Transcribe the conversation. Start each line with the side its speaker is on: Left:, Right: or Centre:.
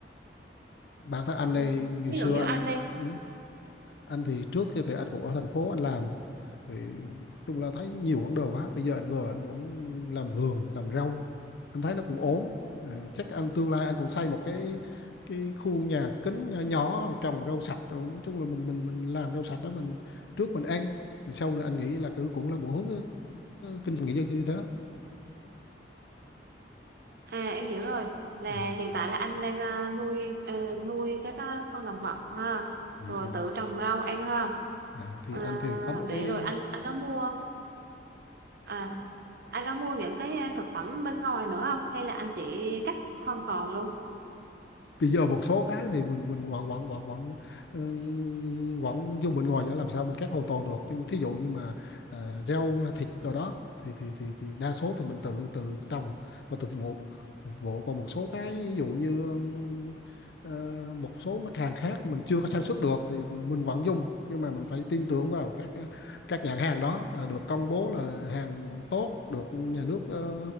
Left: bản thân anh
Right: Ừ.
Left: này ngày
Right: Ví
Left: xưa
Right: dụ như
Left: anh
Right: anh đi,
Left: ừ, anh thì trước kia thì anh cũng ở thành phố anh làm thì chung là thấy nhiều quãng đời quá bây giờ anh vừa anh cũng làm vườn làm rau anh thấy nó cũng ổn Ờ, chắc anh tương lai anh cũng xây một cái cái khu nhà kính nhỏ nhỏ trồng rau sạch Rồi nói chung là mình mình mình làm rau sạch đó mình trước mình ăn rồi sau nữa anh nghĩ là cứ cũng là một hướng ờ, kinh doanh nghỉ dưỡng như thế
Right: à em hiểu rồi là
Left: ừ.
Right: hiện tại là anh đang ờ, nuôi ờ, nuôi các ờ, con động vật ha,
Left: Ừ.
Right: rồi
Left: ừ.
Right: tự trồng rau ăn ha.
Left: À, thì
Right: Ờ,
Left: anh thì có một
Right: để
Left: cái
Right: rồi anh anh có mua à anh có mua những cái ờ, thực phẩm bên ngoài nữa không hay là anh sẽ cắt hoàn toàn luôn?
Left: bây giờ một số cái thì mình mình vẫn vẫn vẫn vẫn ừ, vẫn dùng mình ngồi để làm sao mình cắt hoàn toàn được nhưng mà thí dụ như mà à, rau thịt rồi đó thì thì thì thì đa số thì mình tự tự trồng và tự phục vụ phục vụ còn một số cái ví dụ như ừm, ờ, một số mặt hàng khác mình chưa có sản xuất được thì mình mình vẫn dùng nhưng mà mình phải tin tưởng vào các cái- các nhãn hàng đó là được công bố là hàng tốt được nhà nước ờ,